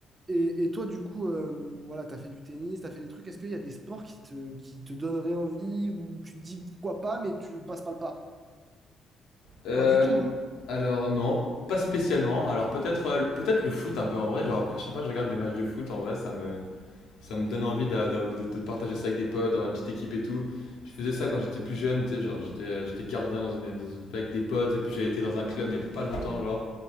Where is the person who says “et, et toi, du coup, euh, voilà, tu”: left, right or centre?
Right